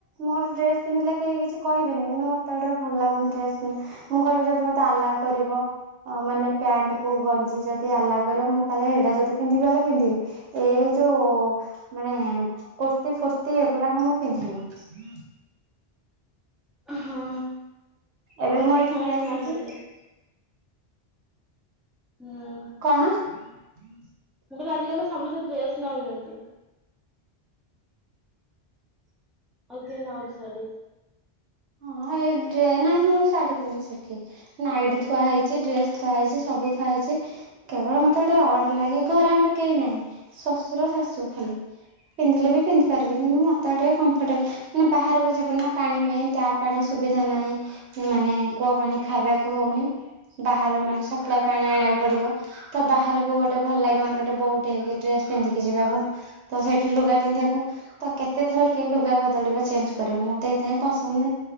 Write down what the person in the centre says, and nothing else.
ହଁ
ଆଜିିକାଲି
ସମସ୍ତେ <unintelligible> ହୁଁ!
ମୁଁ କହିଲି ଆଜିକାଲି ସମସ୍ତେ ଡ୍ରେସ୍ ନଉଚନ୍ତି। ଆଉ କିଏ ନଉଚି ଶାଢ଼ୀ।